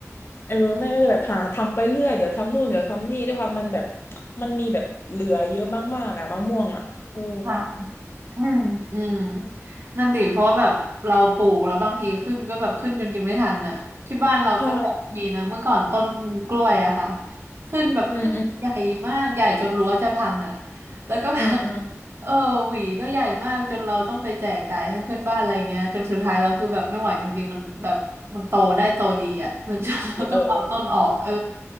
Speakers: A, on the left; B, on the right.
A: เออแม่ก็จะแบบหาทำไปเรื่อยเดี๋ยวทำนู่นเดี๋ยวทำนี่ด้วยความมันแบบมันมีแบบเหลือเยอะมากๆอะมะม่วงอะเออ
B: ค่ะ อืมอืมนั่นดิเพราะว่าแบบเราปลูกแล้วบางทีขึ้นก็แบบขึ้นจนกินไม่ทันน่ะที่บ้านเราก็แบบมีนะเมื่อก่อนต้นกล้วยอะค่ะ
A: ใช่
B: ขึ้นแบบขึ้นใหญ่มากใหญ่จนรั้วจะพังอะ
A: อืมอืม
B: แล้วก็แบบ
A: เออเออ
B: <laughs> เออหวีก็ใหญ่มากจนเราต้องไปแจกจ่ายให้เพื่อนบ้านอะไรเงี้ยจนสุดท้ายเราคือแบบไม่ไหวจริงๆมันแบบมันโตได้โตดีอะ <laughs> แล้วจนเราต้องเอาต้นออกเออ
A: เออเออ